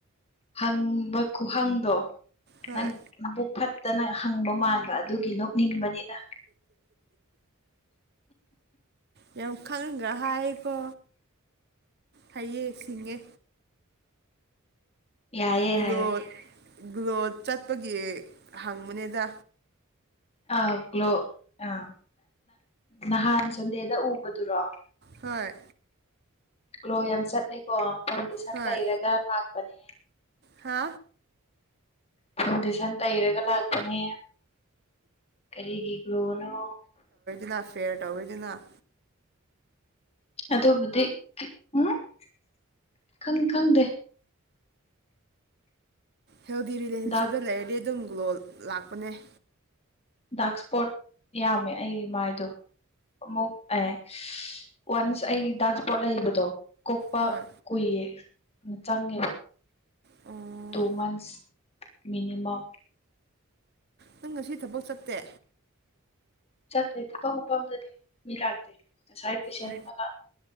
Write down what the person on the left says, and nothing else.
ꯍꯪꯕ ꯈꯨꯍꯪꯗꯣ
ꯅꯪ ꯅꯕꯨꯛ ꯐꯠꯇꯅ ꯍꯪꯕ ꯃꯥꯟꯕ ꯑꯗꯨꯒꯤ ꯅꯣꯛ ꯅꯤꯡꯕꯅꯤꯅ
ꯌꯥꯏꯌꯦ
ꯍꯥꯏꯌꯣ
ꯑ ꯀ꯭ꯂꯣ ꯑꯥ ꯅꯍꯥꯟ ꯁꯟꯗꯦꯗ ꯎꯕꯗꯨꯔꯣ
꯭ꯂꯣ ꯌꯥꯝ ꯆꯠꯅꯩꯀꯣ ꯐꯪꯗꯤꯁꯟ
ꯇꯩꯔꯒ ꯂꯥꯛꯄꯅꯦ
ꯑꯁ ꯏꯊꯟ ꯇꯩꯔꯒ ꯂꯥꯛꯄꯅꯦ ꯀꯔꯤꯒꯤ ꯒ꯭ꯂꯣꯅꯣ
ꯑꯗꯨꯕꯨꯗꯤ ꯎꯝꯪ ꯈꯪꯗꯦ
ꯗꯥꯛ
ꯗꯥꯛ ꯏꯁꯄꯣꯠ ꯌꯥꯝꯃꯦ ꯑꯩꯒꯤ ꯃꯥꯏꯗꯣ ꯑꯃꯨꯛ ꯑꯦ ꯋꯥꯟꯁ ꯑꯩ ꯗꯥꯛ ꯏꯁꯄꯣꯠ ꯂꯩꯕꯗꯣ ꯀꯣꯛꯄ
ꯀꯨꯏꯌꯦꯅ ꯆꯪꯉꯦꯕ
ꯇꯨ ꯃꯟꯁ ꯃꯤꯅꯤꯃꯝ
ꯆꯠꯇꯂꯦꯗꯤ ꯄ ꯎꯐꯝꯥꯎꯗꯗꯤ ꯃꯤ ꯂꯥꯛꯇꯦ ꯉꯁꯥꯏ ꯄꯩꯁꯦꯟ
ꯂ